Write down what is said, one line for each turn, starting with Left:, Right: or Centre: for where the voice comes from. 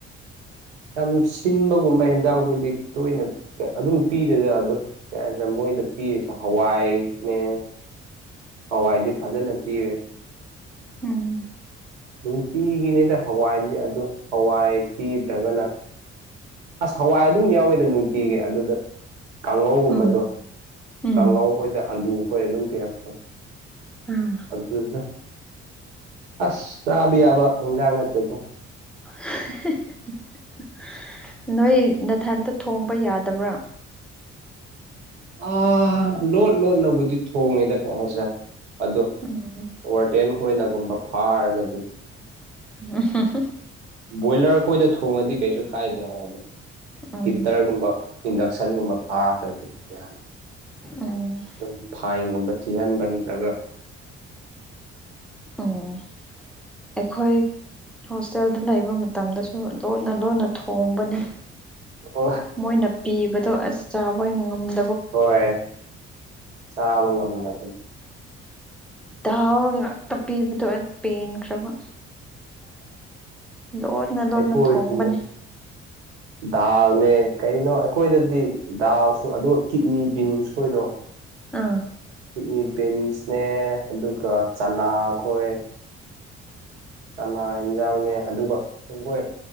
Right: <inaudible> ꯌꯥꯝ ꯁꯤꯟꯕꯒꯨꯝꯕ ꯍꯦꯟꯖꯥꯡꯈꯣꯏꯗꯤ ꯇꯣꯏꯅ ꯑꯗꯨꯝ ꯄꯤꯗꯦꯗ ꯑꯗꯣ ꯀꯩ ꯍꯥꯏꯁꯤꯔ ꯃꯣꯏꯗ ꯄꯤꯔ ꯍꯋꯥꯏꯅꯦ ꯍꯋꯥꯏꯗꯤ ꯐꯖꯅ ꯄꯤꯔꯦ
Centre: ꯎꯝ
Right: ꯅꯨꯡꯇꯤꯒꯤꯅꯤꯗ ꯍꯋꯥꯏ ꯑꯗꯨ ꯍꯋꯥꯏ ꯄꯤꯗ꯭ꯔꯒꯅ ꯑꯁ ꯍꯋꯥꯏ ꯑꯗꯨꯝ ꯌꯥꯎꯋꯤꯗ ꯅꯨꯡꯇꯤꯒꯤ ꯑꯗꯨꯗ ꯀꯥꯡꯍꯧꯒꯨꯝꯕꯗꯣ
Centre: ꯎꯝ ꯎꯝ
Right: ꯀꯥꯡꯉꯧꯈꯣꯏꯗ ꯑꯥꯂꯨ ꯈꯣꯏ ꯑꯗꯨꯝ ꯀꯤꯔꯄ
Centre: ꯑꯥ
Right: ꯑ ꯀꯁ ꯑꯁꯕꯤ ꯌꯥꯕ ꯍꯖꯥꯡ ꯅꯠꯇꯖ
Centre: <inaudible> ꯅꯣꯏ ꯅꯊꯟꯇ ꯊꯣꯡꯕ ꯌꯥꯗꯕ꯭ꯔꯥ
Right: ꯑ ꯂꯣꯠ ꯂꯣꯠ ꯅꯕꯨ ꯊ ꯉꯗ ꯀꯩꯅꯁ ꯑꯗꯨꯣ
Centre: ꯎꯝ
Right: ꯋꯥꯔꯗꯦꯟ ꯈꯣꯏꯅꯒꯨꯝꯕ ꯐꯥꯔꯒꯗꯤ
Centre: ꯎ
Right: ꯕꯣꯏꯂꯔ ꯑꯩꯈꯣꯏꯗ ꯊꯣꯡꯉꯗꯤ ꯀꯩꯁꯨ ꯀꯥꯏꯗꯦ ꯍꯥꯏꯔꯗꯤ
Centre: ꯎꯝ
Right: ꯍꯤꯇꯔꯒꯨꯝꯕ ꯏꯟꯗꯛꯁꯟꯒꯨꯝꯕ ꯐꯥꯈ꯭ꯔꯗꯤ ꯌꯥꯅꯤ
Centre: ꯎꯝ
Right: ꯑꯗꯨꯝ ꯐꯥꯏꯟꯒꯨꯝꯕ ꯊꯤꯍꯟꯕ ꯅꯠꯇ꯭ꯔꯒ
Centre: ꯎꯝ ꯑꯩꯈꯣꯏ ꯍꯣꯁꯇꯦꯜꯗ ꯂꯩꯕ ꯃꯇꯝꯗꯁꯨ ꯂꯣꯟꯅ ꯂꯣꯟꯅ ꯊꯣꯡꯕꯅꯤ
Right: ꯑꯣ
Centre: ꯃꯣꯏꯅ ꯄꯤꯕꯗꯣ ꯑꯁ ꯆꯥꯕ ꯉꯝꯅ
Right: ꯍꯣꯏ ꯆꯥꯕ ꯉꯝꯗ ꯑꯗꯨꯝ
Centre: ꯗꯥꯎ ꯉꯥꯛꯇ ꯄꯤꯕꯗꯣ ꯑꯩ ꯄꯦꯟꯈ꯭ꯔꯕ ꯂꯣꯟꯅ ꯂꯣꯟꯅ
Right: ꯑꯩꯈꯣꯏꯁꯨꯅꯦ
Centre: ꯊꯣꯡꯕꯅꯦ
Right: ꯗꯥꯜꯅꯦ ꯀꯩꯅꯣ ꯑꯩꯈꯣꯏꯗꯗꯤ ꯗꯥꯜꯁꯨ ꯑꯗꯨꯒ ꯀꯤꯠꯅꯤ ꯕꯤꯟꯁ ꯈꯣꯏꯗꯣ
Centre: ꯑꯥ
Right: ꯆ ꯦꯟ ꯅꯦ ꯑꯗꯨꯒ ꯆꯅꯥ ꯈꯣꯏ ꯆꯃ ꯌꯦꯟꯖꯥꯡꯅꯦ ꯑꯗꯨꯒꯣꯏ